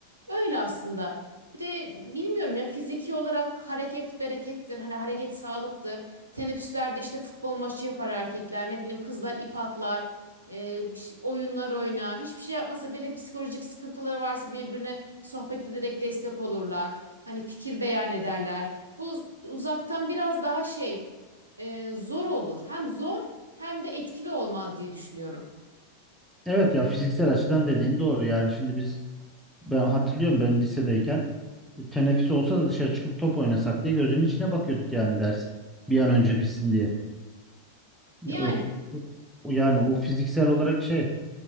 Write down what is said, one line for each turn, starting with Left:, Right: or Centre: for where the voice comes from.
Right: öyle aslında. Bir de bilmiyorum ya fiziki olarak hareket berekettir. Hani hareket sağlıktır. Teneffüslerde işte futbol maçı yapar erkekler, ne bileyim kızlar ip atlar, e, bir şey- oyunlar oynar. Hiçbir şey yapmasa bile psikolojik sıkıntıları varsa birbirine sohbet ederek destek olurlar. Hani fikir beyan ederler. Bu uzaktan biraz daha şey e, zor olur. Hem zor hem de etkili olmaz diye düşünüyorum.
Centre: Evet ya fiziksel açıdan dediğin doğru. Yani şimdi biz ben hatırlıyorum ben lisedeyken teneffüs olsa da dışarı çıkıp top oynasak diye gözümün içine bakıyorduk yani ders bir an önce bitsin diye. Ya,
Right: Yani
Centre: o- o- Yani o fiziksel olarak şey